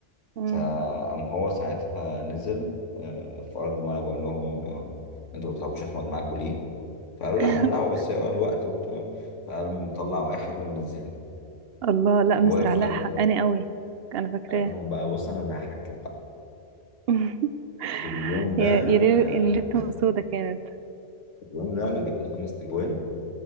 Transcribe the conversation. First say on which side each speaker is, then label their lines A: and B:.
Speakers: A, on the right; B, on the left.
A: امم
B: فقام هو ساعتها نزل آه، في ارض الملعب وقال لهم آه، انتوا ما بتلعبوش احمد معاكم ليه؟ فقالوا
A: <laughs>
B: لا هنلعبه بس هو الوقت وبتاع فقال مطلع واحد ومنزلني
A: الله لا
B: ووقف
A: مستر علاء
B: قال
A: حقاني قوي انا فاكراه
B: قال لهم بقى بص انا اللي هحكم بقى
A: <laughs>
B: في اليوم ده
A: يا يا ريت
B: آه
A: اللي تكون سودا كانت
B: في اليوم ده انا جبت خمس تجوان